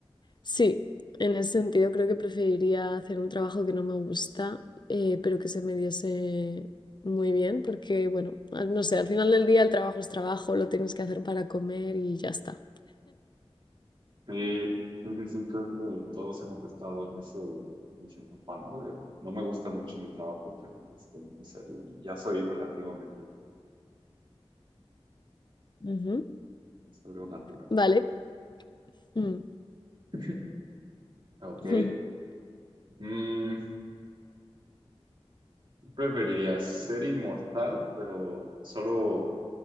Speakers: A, on the left; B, on the right.
A: sí, en ese sentido creo que preferiría hacer un trabajo que no me gusta, eh, pero que se me diese muy bien, porque bueno, al- no sé, al final del día el trabajo es trabajo, lo tienes que hacer para comer y ya está.
B: Sí, sí, sí, sí, creo que todos hemos estado en ese, en ese etapa, ¿no? De, no me gusta mucho mi trabajo, pero pues tengo que hacerlo y ya soy relativamente bueno.
A: Ujú.
B: Es algo natural.
A: Vale. Mm.
B: <laughs> Ok.
A: <laughs>
B: Mm, ¿preferirías ser inmortal, pero solo,